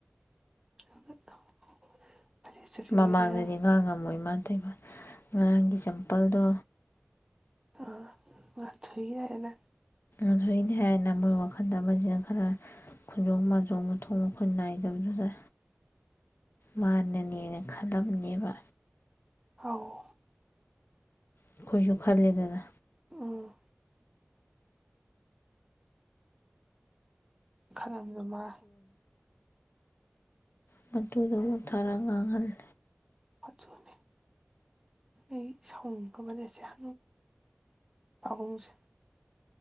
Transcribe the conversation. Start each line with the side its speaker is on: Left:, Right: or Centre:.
Right: <unintelligible>
Left: ꯃꯃꯥꯡꯗꯗꯤ
Right: ꯑꯣꯏ ꯂꯩꯔꯝꯃꯦ
Left: ꯉꯥꯡꯉꯝꯃꯣꯏ ꯃꯥꯥ꯫ <unintelligible> ꯉꯔꯥꯡꯒꯤ ꯆꯝꯄꯜꯗꯣ
Right: ꯑ <unintelligible>
Left: <unintelligible> ꯑꯃꯖꯤꯟ ꯈꯔ ꯈꯨꯟꯖꯣꯡ - ꯃꯥꯖꯣꯡꯅ ꯊꯣꯡꯉ ꯈꯨꯟ ꯅꯥꯏ ꯑꯗꯨꯗꯨꯗ ꯃꯥꯟꯅꯅꯦꯅ ꯈꯜꯂꯝꯕꯅꯦꯕ꯫
Right: ꯑꯧ꯫
Left: ꯑꯩꯈꯣꯏꯁꯨ ꯈꯜꯂꯤꯗꯅ꯫
Right: ꯎꯝ ꯈꯂꯂꯨꯃꯥ
Left: ꯃꯗꯨꯗꯕꯨꯊꯥꯔ ꯉꯥꯡꯍꯜꯜꯂꯤ
Right: ꯐꯣꯠꯇꯨꯅꯦ ꯑꯩ ꯁꯑꯣꯨꯡꯒꯕꯅꯦꯁꯦ ꯍ ꯄꯥꯕꯨꯡꯁꯦ